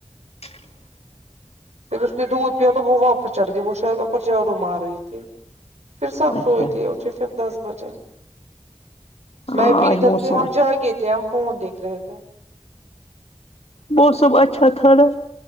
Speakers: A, on the left; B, on the right.
A: <inaudible>
B: پھر اس نے دودھ پیا تو وہ واپس چڑھ گئی وہ شاید اوپر جاڑو مار رہی تھی پھر سب
A: اچھا
B: سوئے تھے اٹھے پھر دس بجے
A: ہاں
B: میں بھی
A: آج
B: ادھر
A: موسم
B: تھے ہم
A: اچھا
B: جا گے تھے ہم فون دیکھ رہے تھے
A: موسم اچھا تھا نا